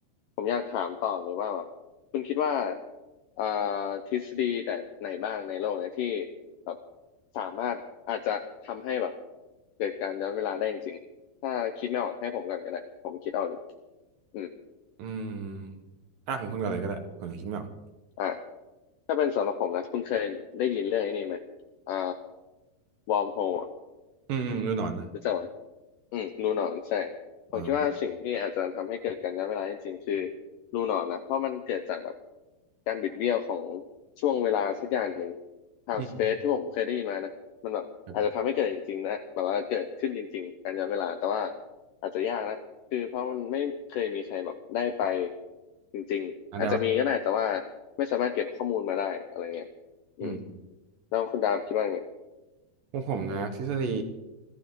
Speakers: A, on the left (about 75°); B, on the right (about 65°).
A: ผมอยากถามต่อเลยว่าแบบคุณคิดว่าอ่าทฤษฎีแบบไหนบ้างในโลกเนี่ยที่แบบสามารถอาจจะทำให้แบบเกิดการย้อนเวลาได้จริงๆถ้าคิดไม่ออกให้ผมก่อนก็ได้ผมคิดเอาอยู่อืม
B: อืมอ่ะของคุณก่อนเลยก็ได้ผมยังคิดไม่ออก
A: อ่าถ้าเป็นสำหรับผมนะคุณเคยได้ยินเรื่องไอ้นี้ไหมอ่าวอร์มโฮล
B: อืมอืมฤดูหนอนนะ
A: รู้จักไหม อืมรูหนอนใช่ผมคิดว่าสิ่งที่อาจจะทำให้เกิดการย้อนเวลาจริงๆคือ
B: อ๋อ
A: รูหนอนนะเพราะมันเกิดจากแบบการบิดเบี้ยวของช่วงเวลาสักอย่างหนึ่ง time
B: อืม
A: space ที่ผมเคยได้ยินมานะมันแบบอาจจะทำให้เกิดจริงๆนะแบบว่าเกิดขึ้นจริงๆการย้อนเวลาแต่ว่า
B: ครับ
A: อาจจะยากนะคือเพราะมันไม่เคยมีใครแบบได้ไปจริงๆอาจจะมีก็ได้แต่ว่า
B: อันไหนวะ
A: ไม่สามารถเก็บข้อมูลมาได้อะไรเงี้ยอืม
B: อืม
A: แล้วคุณดาวคิดว่าไง
B: ของผมนะทฤษฎี